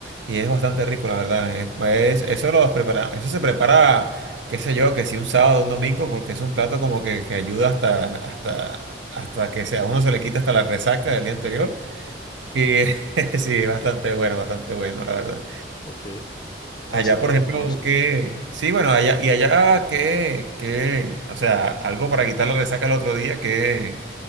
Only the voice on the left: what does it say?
Ok, no,
ese no
lo conozco.